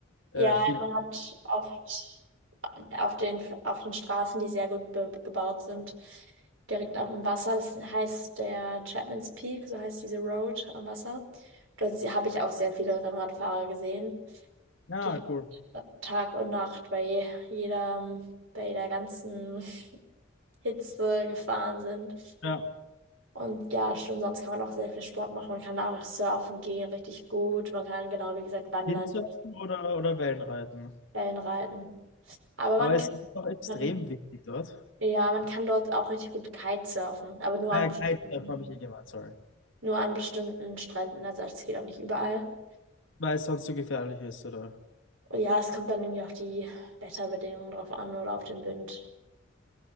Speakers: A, on the left (about 70°); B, on the right (about 75°).
A: Äh,
B: Ja,
A: viel.
B: man hat oft auf den, auf den Straßen, die sehr gut be gebaut sind, direkt auf dem Wasser. Das heißt der Chapman's Peak, so heißt diese Road am Wasser. Dort sie- habe ich auch sehr viele Rennradfahrer gesehen,
A: Ja,
B: die
A: cool.
B: Tag und Nacht bei je- jeder, bei jeder ganzen <laughs> Hitze gefahren sind.
A: Ja.
B: Und ja, stimmt, sonst kann man auch sehr viel Sport machen. Man kann auch surfen gehen, richtig gut. Man kann genau, wie gesagt, wandern
A: Windsurfen oder, oder Wellenreiten.
B: Wellenreiten. Aber man
A: Aber
B: kann,
A: es ist doch extrem
B: man,
A: windig dort.
B: ja, man kann dort auch richtig gut Kitesurfen, aber nur
A: Ah
B: an
A: ja,
B: bestimmten,
A: Kitesurfen habe ich eh gemeint, sorry.
B: nur an bestimmten Stränden. Also es geht auch nicht überall.
A: Weil es sonst so gefährlich ist, oder?
B: Und Ja, es kommt dann irgendwie auf die Wetterbedingungen drauf an oder auf den Wind.